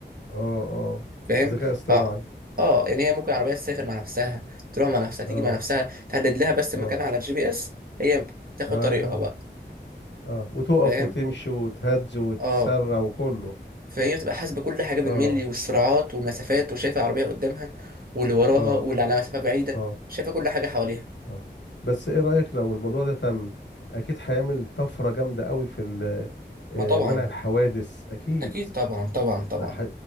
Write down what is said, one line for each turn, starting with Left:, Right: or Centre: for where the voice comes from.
Left: اه اه
Right: فاهم
Left: ذكاء اصطناعي
Right: ف اه يعني هي ممكن العربيه تسافر مع نفسها تروح مع نفسها تيجي
Left: اه
Right: مع نفسها تحدد لها بس مكان
Left: اه
Right: على الجي بي اس هي تاخد
Left: ايوه
Right: طريقها بقى
Left: اه وتقف
Right: فاهم
Left: وتمشي وتهج وتسرع
Right: اه
Left: وكله
Right: فهي بتبقى حاسبه كل حاجه بالملي
Left: اه
Right: والسرعات والمسافات وشايفه العربيه قدامها واللي وراها
Left: اه
Right: واللي على مسافه بعيده
Left: اه
Right: شايفه كل حاجه حواليها
Left: اه بس ايه رأيك لو الموضوع ده تم اكيد هيعمل طفرة جامدة قوي في ال- آه،
Right: ما طبعا
Left: منع الحوادث اكيد
Right: اكيد طبعا طبعا طبعا
Left: ح-